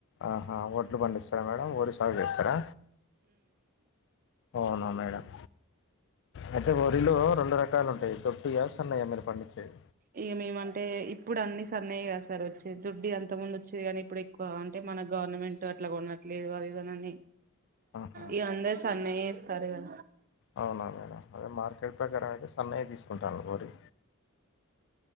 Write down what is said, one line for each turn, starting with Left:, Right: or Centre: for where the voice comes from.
Left: ఆహ వడ్లు పండిస్తారా మేడం వరి సాగు చేస్తారా అవునా మేడం అయితే బరిలో రొ రెండు రకాలు ఉంటాయి దొడ్బయా సన్నయా మీరు పండించేయి
Right: ఇక మేమంటే ఇప్పుడు అన్ని సన్నయే కద సార్ వచ్చేది దుడ్డి అంత ముందు వచ్చేది కాని ఇప్పుడు ఎక్కువ అంటే మన గవర్నమెంట్ అట్లా కొనట్లేదు అదిదనని
Left: ఆహా
Right: ఇగ అందరి సన్నయి ఏస్తరు గా
Left: అవునా మేడం మీ అదే మార్కెట్ ప్రకారం అయితే సన్నయి తీసుకుంటాన్లు వరి